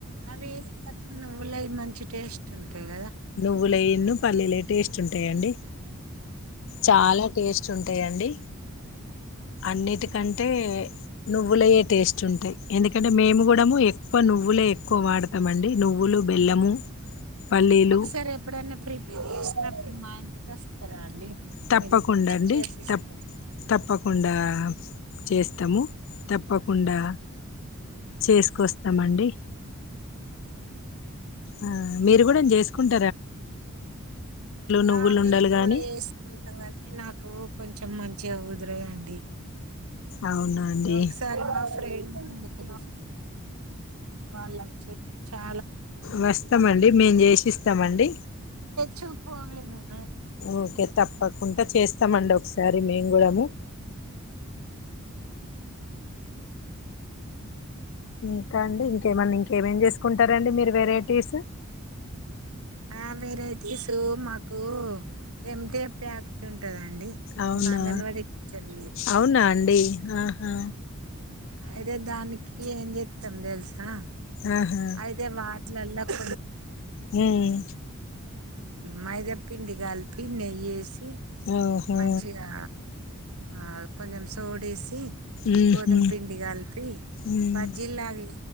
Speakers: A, on the right (about 80°); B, on the left (about 55°).
A: అవి <unintelligible> నువ్వులయి మంచి టేస్ట్ ఉంటాయి కదా
B: నువ్వులేన్ను పల్లీలే టేస్ట్ ఉంటాయండి చాలా టేస్ట్ ఉంటాయంండి అన్నిటికంటే నువ్వులయే టేస్ట్ చుంటయ్ ఏనిక్ కంటే మేము కూడాము ఎక్కువ నువ్వులే ఎక్కువ వాడతామండి నువ్వులు బెల్లము పల్లీలు
A: సార్ ఎప్పుడైనా ప్రి ఇసినప్పుడు మా ఇంటికి వస్తరా అండి
B: తప్పకుండా
A: మీరు
B: అండి
A: చేసిస్తారు
B: తప్ తప్పకుండా చేస్తము తప్పకుండా చేసుకొస్తమండి
A: ఓ <inaudible>
B: ఆ మీరు కూడా జేసుకుంట నువ్వులుండలు
A: ఆ మేము గూడ
B: గాని
A: చేసుకుంటాం కాని నాకు కొంచెం మం చిగా కుదురయండి
B: అవునా అండి
A: ఒకసారి మా ఫ్రీ <unintelligible> వాళ్ళ చె చా
B: వస్తామండి మేము చేసిస్తామండి
A: చూపు మ <unintelligible>
B: ఓకే తప్పకుంట చేస్తామండి ఒకసారి మేము గుడాము ఇంకా అండి ఇంకేమన్నా ఇంకేమేమి చేసుకుంటారండి మీరు వెరైటీస్
A: ఆ వెరైటీస్ మాకు ఎంత ప్యాకెట్ ఉంటందండి అండి
B: అవునా
A: మేము అంగన్వాడి టీచర్ ని
B: అవునా అండి ఆహా
A: అయితే దానికి ఏం జేత్తం దెలుసా
B: ఆహా
A: అయితే వాట్లల్లో <inaudible>
B: మ్మ్
A: మైదా పిండి గలిపి నెయ్యేసి
B: ఓహో
A: మంచిగా ఆ కొంచెం సోడేసి
B: ఉహు
A: గోధుమ్ పిండి కలిపి
B: ఉమ్
A: బజ్జీల్లాగ